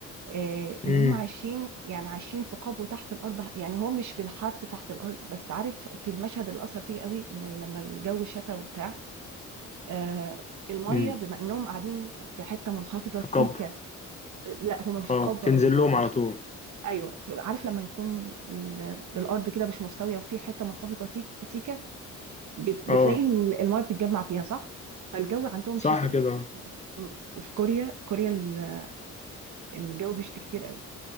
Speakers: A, on the right (about 70°); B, on the left (about 20°).
A: آه اللي
B: امم
A: هم عايشين يعني عايشين في قبو تحت الارض يعني هو مش بالحرف تحت الارض بس عارف في المشهد اللي اثر فيه قوي ان لما الجو شتا وبتاع آه الميه
B: امم
A: بما انهم قاعدين في حته منخفضه
B: في
A: سيكه
B: كابو
A: آه، لا هم مش في
B: اه
A: قبو
B: بتنزل
A: قوي بس
B: لهم
A: في-
B: على طول
A: ايوه عارف لما يكون ال- الارض كده مش مستويه وفي حته منخفضه سيك- سيكه بت- بتلاقي
B: اه
A: ال- المايه بتتجمع فيها صح فالجو عندهم
B: صح
A: شتي
B: كده
A: وف- مم. وفي كوريا كوريا ال- الجو بيشتي كتير قوي